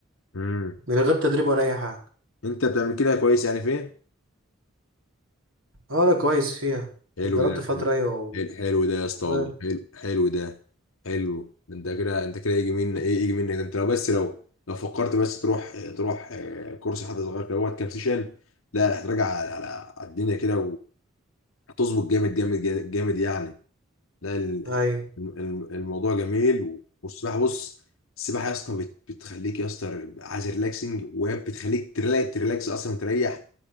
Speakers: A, on the left (about 80°); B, on the right (about 75°).
A: امم
B: من غير تدريب ولا أي حاجة
A: انت بتعمل كده كويس يعني فين
B: اه أنا كويس فيها
A: حلو
B: اتدربت
A: ده حلو
B: فترة أيوة و...
A: حلو حلو ده يا اسطى والله
B: و...
A: حلو حلو ده حلو ده انت كده انت كده يجي منك ايه يجي منك ده انت لو بس لو لو فكرت بس تروح تروح آه، كورس حد صغير كده وقت كام سيشن لا هتراجع على على على الدنيا كده وهتظبط جامد جامد جامد جامد يعني لا ال-
B: أيوه
A: الم- الموضوع جميل والسباحه بص السباحه يا اسطى بت- بتخليك يا اسطى عايز ريلاكسنج وبتخليك تريلا- تريلاكس اصلا تريح